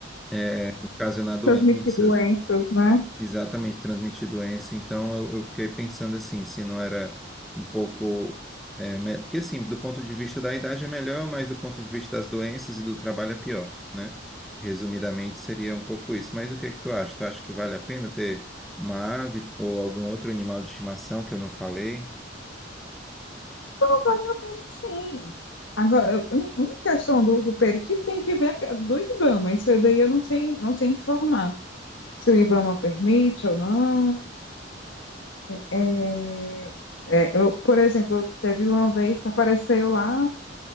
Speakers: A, in the centre; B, on the left.
A: é, ocasionar doenças
B: Transmitir doenças, né?
A: Exatamente, transmitir doença. Então, eu, eu fiquei pensando assim, se não era um pouco. é, me- porque, assim, do ponto de vista da idade é melhor, mas do ponto de vista das doenças e do trabalho é pior, né? Resumidamente, seria um pouco isso. Mas o que é que tu acha? Tu acha que vale a pena ter uma ave ou algum outro animal de estimação que eu não falei?
B: Não valeu a pena sim. Agora, eu- em em questão do, do periquito, tem que ver a- do IBAMA. Isso daí eu não sei, não sei informar. Se o IBAMA permite ou não. É, é, eu, por exemplo, eu- teve uma vez que apareceu lá